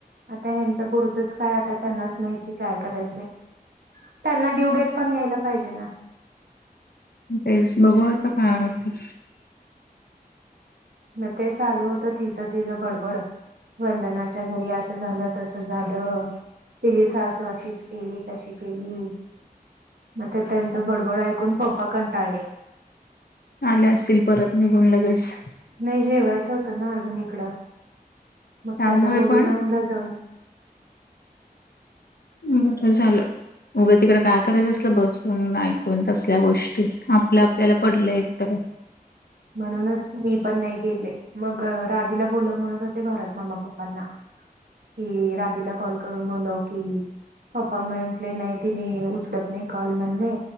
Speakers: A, on the right; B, on the left.
A: आता ह्यांच पुढचंच काय आता त्यांनाच माहिती काय करायचंय त्यांना ड्यू डेट पण यायला पाहिजे ना
B: तेच बघू आता काय होतंय
A: मग ते चालू होतं तिचं तिचं बडबड वंदनाच्या घरी असं झालं तसं झालं तिची सासू अशीच केली तशी केली मग ते त्यांचं बडबड ऐकून पप्पा कंटाळले
B: आले असतील परत निघून लगेच
A: नाही जेवायचं होतं ना अजून इकडं मग
B: त्यामुळे
A: त्यांना बोलवून
B: पण
A: आणलं जाऊन
B: बरं झालं उगं तिकडे काय करायचं असल बसून ऐकून तसल्या गोष्टी आपल्या आपल्याला पडलं एकत
A: म्हणूनच मी पण नाही गेले मग राधीला बोलव म्हणत होते भरत मामा पप्पांना कि राधीला कॉल करून बोलव की पप्पा म्हंटले नय तीनी उचलत नाही कॉल म्हणले